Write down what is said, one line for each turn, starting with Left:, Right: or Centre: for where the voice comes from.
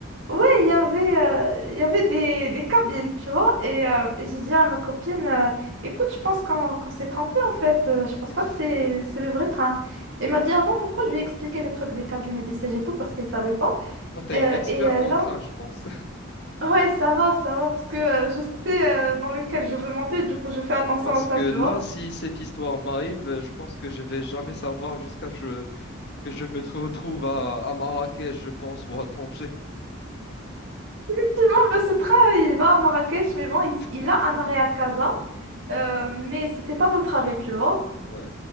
Right: ouais, il y avait, euh, il y avait des, des cabines, tu vois. Et, euh, et j'ai dit à ma copine, euh, écoute, je pense qu'on qu'on s'est trompé en fait. Euh, Je pense
Left: <laughs>
Right: pas que c'est c'est le vrai train. Et Elle m'a dit, ah bon, pourquoi je lui ai expliqué le truc des cabines et des sièges et tout parce qu'elle savait pas.
Left: Bah, t'es
Right: Euh,
Left: une experte
Right: et euh,
Left: en
Right: là,
Left: train, je pense.
Right: Ouais, ça va, ça va, parce que euh, je sais euh, dans lequel je veux monter, du coup je fais attention
Left: Parce
Right: à ça,
Left: que là,
Right: tu vois.
Left: si cette histoire m'arrive, euh, je pense que je vais jamais savoir jusqu'à ce que je me tr- retrouve à, à Marrakech, je pense, ou à Tanger.
Right: Effectivement, bah, ce train, il va à Marrakech, mais bon, il, il
Left: <laughs>
Right: a un arrêt à Casa, euh, mais c'était pas notre arrêt, tu vois.
Left: Ouais,